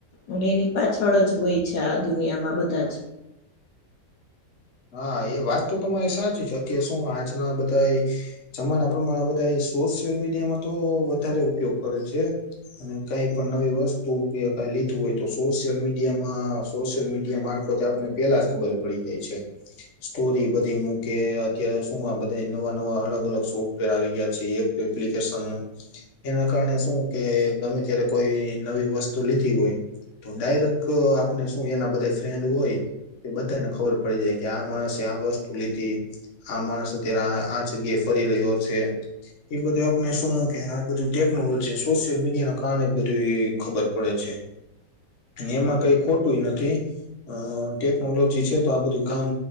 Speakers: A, on the left (about 70°); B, on the left (about 45°).
A: અને એની પાછળ જ હોય છે આ દુનિયામાં બધા જ.
B: હા એ વાત તો તમારી સાચી છેત શું આજના બધા. જમાના પ્રમાણે બધા એ સોશિયલ મીડિયામાં તો વધારે ઉપયોગ કરે છે. અને કઈ પણ નવી વસ્તુ કે ક લીધું હોય તો સોશિયલ મીડિયામાં સોશિયલ મીડિયા મારફતે આપ. ને પેલા જ ખબર પડી જાય છે. સ્ટોરી બધી મૂકે અત્યારે શું આ બધા નવા નવા અલગ અલગ સોફ્ટવેર આવી ગયા છે એપ. એપ્લિકેશન. એના કારણે શું કે ગમે ત્યારે કોઈ નવી વસ્તુ લીધી હોય. તો ડાયરેક્ટ આપને શું એના બધા ફ્રેન્ડ હોય એ બધાને ખબર પડી જાય. કે આ માણસે આ વસ્તુ લીધી આ માણસ અત્યારે આ જગ્યાએ ફરી રહ્યો છે. એ બધું આપને શું કે આ બધું ટેકનોલોજી સોશિયલ મીડિયા ના કારણે બધી ખબર પડે છે. એમાં કઈ ખોટું નથી અ ટેકનોલોજી છે તો આ બધી. કામ